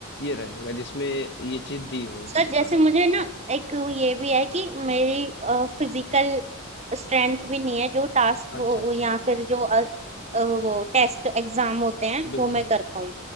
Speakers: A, on the left; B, on the right.
A: ये रहेगा जिसमें ये चीज़ दी होगी
B: सर जैसे
A: हाँ
B: मुझे ना एक ये भी है कि मेरी फिजिकल स्ट्रेंथ भी नहीं है जो टास्क
A: अच्छा
B: वो
A: अच्छा
B: या फिर जो अ, अ, वो टेस्ट एग्जाम होते हैं
A: बिल्कुल
B: वो मैं
A: बिल्कुल
B: कर पाऊँ